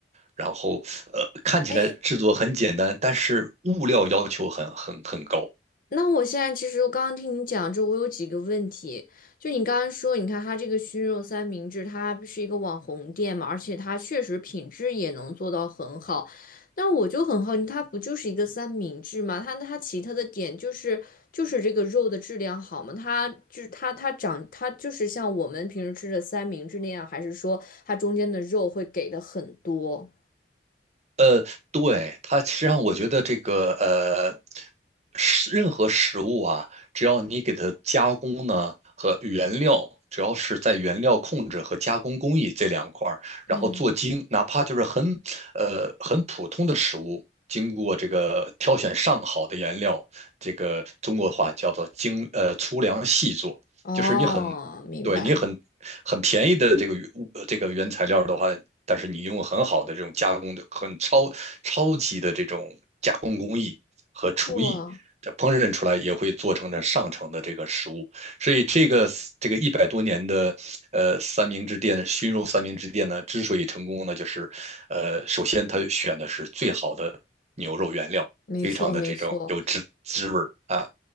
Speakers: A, on the right; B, on the left.
A: 然后呃，看起来制作很简单，
B: 哎，
A: 但是物料要求很很很高。
B: 那我现在其实我刚刚听你讲就我有几个问题。就你刚刚说，你看它这个熏肉三明治，它是一个网红店嘛，而且它确实品质也能做到很好。那我就很好奇，它不就是一个三明治吗？它它其他的点就是就是这个肉的质量好吗？它就是它它长它就是像我们平时吃的三明治那样，还是说它中间的肉会给的很多？
A: 呃，对，它实际上我觉得这个呃，食任何食物啊，只要你给它加工呢和原料，只要是在原料控制和加工工艺这两块儿，
B: 嗯，
A: 然后做精，哪怕就是很呃很普通的食物，经过这个挑选上好的原料，这个中国话叫做精呃粗粮细做，
B: 哦，
A: 就是你很
B: 明白。
A: 对你很很便宜的这个原物这个原材料的话，但是你用很好的这种加工的、很超超级的这种加工工艺和厨艺，
B: 哇，
A: 这烹饪出来也会做成这上乘的这个食物。所以这个这个一百多年的呃三明治店熏肉三明治店呢，之所以成功呢，就是呃首先它选的是最好的牛肉原料，
B: 没错没错。
A: 非常的这种有滋滋味儿啊。